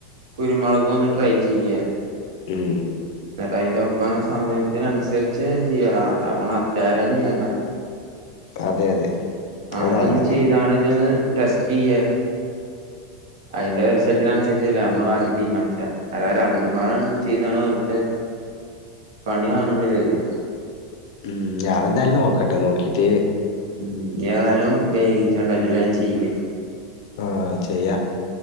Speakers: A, on the right; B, on the left.
A: കുരുമുളകും ഒന്ന് ട്രൈ ചെയ്യാ
B: ഉം
A: എന്നിട്ട് അയിന്റെ ഒപ്പം സമയത്തിനനുസരിച്ച് ചെയ്യ. നമ്മള് അത്യാരം ചെയ്യണ്ട
B: അതെ അതെ
A: ആദ്യം
B: അത് നല്ലതാ
A: അതൊന്ന് ചെയ്താണ് ഇജ് ഒന്ന് ടെസ്റ്റ് ചെയ്യ അതിന്റെ റിസൾട്ടിന് അനുസരിച്ചല്ലെ നമ്മള് ബാക്കി തീരുമാനിച്ചാ അല്ലാതെ രണ്ടും മാളെ ഒന്നും ചെയ്താണ് വെർതെ പണി വാങ്ങണ്ടെന്ന് കര്തീട്ട
B: ഉം ഞാനെന്തായാലും നോക്കട്ടെ നോക്കീട്ട്
A: ഉം ഞാനും വൈകിച്ചണ്ട ജ്ജ് വേം ചെയ്യ്
B: ആഹ് ചെയ്യാ